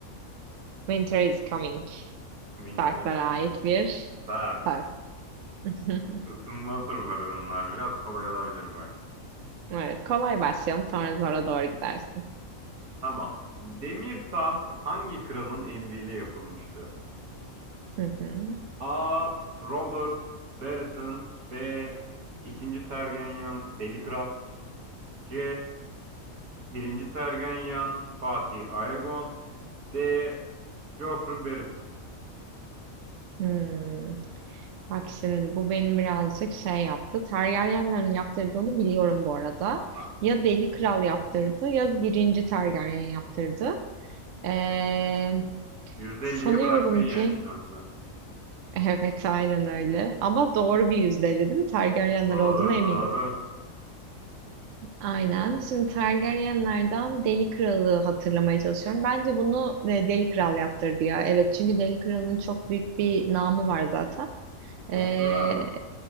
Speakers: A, on the right (about 70°); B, on the right (about 85°).
A: Winter is coming.
B: Winter
A: Sarklara
B: is coming.
A: ait bir
B: Berk,
A: söz. <laughs>
B: ısınma turları bunlar. Biraz kolay olabilir bak.
A: Evet, kolay başlayalım. Sonra zora doğru gidersin.
B: Tamam. Demir taht hangi kralın emriyle yapılmıştır?
A: Hı hı.
B: A. Robert Baratheon B. 2. Tergenyan Deli Kral C. 1. Tergenyan Fatih Aegon D. Joffrey Baratheon
A: Hmm. Bak şimdi bu beni birazcık şey yaptı. Targaryenlerin yaptırdığını biliyorum bu arada.
B: Aa,
A: Ya Deli Kral yaptırdı ya birinci Targaryen yaptırdı. Ee,
B: %50'ye
A: sanıyorum
B: bıraktın yani
A: ki
B: şansı.
A: <laughs> evet aynen öyle. Ama doğru bir yüzdeydi değil mi? Targaryenler
B: Doğru
A: olduğuna eminiz.
B: doğru.
A: Aynen. Şimdi Targaryenlerden Deli Kral'ı hatırlamaya çalışıyorum. Bence bunu e, Deli Kral yaptırdı ya. Evet çünkü Deli Kral'ın çok büyük bir namı var zaten.
B: Son
A: Ee,
B: kararım mı?